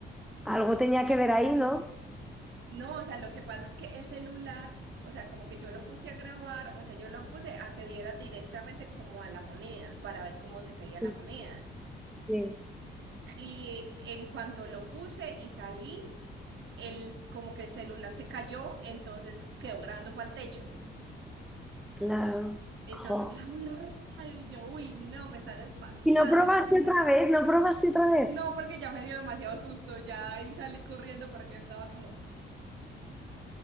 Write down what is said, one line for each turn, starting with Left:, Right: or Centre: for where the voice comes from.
Centre: Algo tenía que ver ahí, ¿no?
Right: No, o sea, lo que pasa es que el celular, o sea, como que yo lo puse a grabar, o sea, yo lo puse a que diera directamente como a la moneda para ver cómo se caía la
Centre: Sí,
Right: moneda.
Centre: sí.
Right: Y en cuanto lo puse y salí, el, como que el celular se cayó, entonces quedó grabando fue al techo.
Centre: Claro.
Right: Entonces
Centre: Jo.
Right: era muy raro y yo, uy, no, me están espantando.
Centre: ¿Y no probaste otra vez? ¿No probaste otra vez?
Right: No, porque ya me dio demasiado susto ya y salí corriendo porque estaba como,